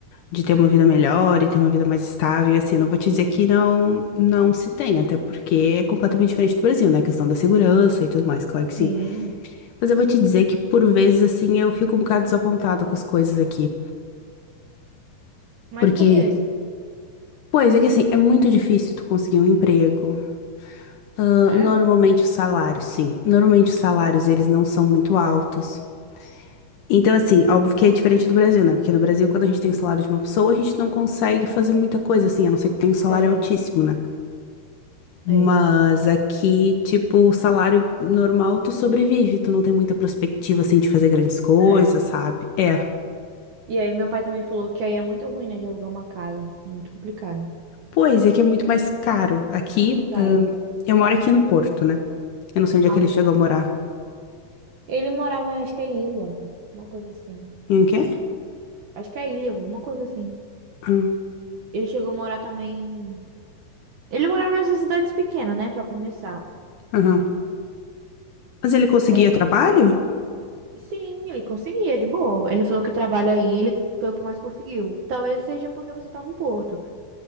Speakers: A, on the left (about 70°); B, on the right (about 70°).
A: de ter uma vida melhor e ter uma vida mais estável, e, assim, não vou te dizer que não, não se tem, até porque é completamente diferente do Brasil, né, a questão da segurança e tudo mais, claro que
B: Sim.
A: sim. Mas eu vou te dizer que, por vezes, assim, eu fico um bocado desapontada com as coisas aqui,
B: Mas
A: porque,
B: por quê?
A: pois, é que, assim, é muito difícil tu conseguir um emprego, Ah,
B: É?
A: normalmente os salários, sim, normalmente os salários, eles não são muito altos, Então, assim, óbvio que é diferente do Brasil, né? Porque no Brasil, quando a gente tem o salário de uma pessoa, a gente não consegue fazer muita coisa, assim, a não ser que tenha um salário
B: É,
A: altíssimo, né?
B: é,
A: Mas aqui, tipo, o salário normal, tu sobrevive, tu não tem muita perspectiva, assim, de fazer grandes coisas,
B: é. É.
A: sabe? É.
B: E aí meu pai também falou que aí é muito ruim, né, de alugar uma casa. Muito complicado.
A: Pois é que é muito mais caro. Aqui,
B: Muito caro.
A: ahn, eu moro aqui no Porto, né? Eu não sei onde
B: Ah,
A: é que ele
B: sei
A: chegou
B: lá.
A: a morar.
B: Ele morava, acho que é em Ilhavo, uma coisa assim.
A: Em quê?
B: Acho que é Ilhavo, uma coisa assim.
A: Hum,
B: Ele chegou a morar também. Ele morava nessas cidades pequenas, né, pra começar.
A: Aham. Mas ele conseguia
B: É,
A: trabalho?
B: sim, ele conseguia, de boa. Ele falou que trabalha aí, ele foi o que mais conseguiu. Talvez seja porque você tá no Porto.